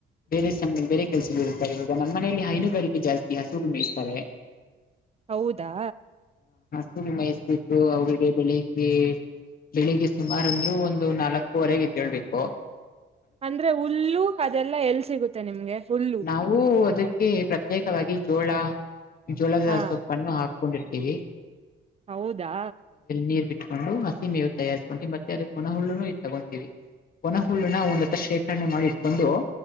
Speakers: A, on the left (about 45°); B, on the right (about 30°).
A: ಬೇರೆ ಬೇರೆ ಕೆಲ್ಸಗಳು ಇವಾಗ ನಮ್ಮ್ ಮನೆಯಲ್ಲಿ ಹೈನುಗಾರಿಕೆ ಜಾಸ್ತಿ ಹಸುಗು ಮೇಯಿಸ್ತಾರೆ.
B: ಹೌದಾ
A: ಹಸು ಮೇಯಾತೀಡು ಅವ್ರಿಗೆ ಬೆಳಿಗ್ಗೆ ಬೆಳಿಗ್ಗೆ ಸುಮಾರ ಅಂದ್ರು ಒಂದು ನಾಲ್ಕುವರೆಗೆ ಎದೇಳ್ಬೇಕು.
B: ಅಂದ್ರೆ ಹುಲ್ಲು ಅದೆಲ್ಲಾ ಎಲ್ಲಿ ಸಿಗುತ್ತೆ ನಿಮ್ಗೆ ಹುಲ್ಲು.
A: ನಾವು ಅದಕ್ಕೆ ಪ್ರತ್ಯೇಕವಾಗಿ ಜೋಳ ಜೋಳದ
B: ಹಾ
A: ಸೊಪ್ಪನ್ನು ಹಾಕೊಂಡಿ ತೇವಿ
B: ಹೌದಾ
A: ನೀರ್ ಬಿಟ್ಕೊಂಡು ಹಸಿ ಮೇವು ತಯಾರಿಸ್ಕೊಂಡೀವಿ ಮತ್ತೆ ಅದ ಒಣ ಹುಲ್ಲುನು ತಗೊತೀವಿ ಒಣ ಹುಲ್ಲನ ಒಂದ್ ಶೇಖರಣೆ ಮಾಡಿ ಇಟ್ಕೊಂಡು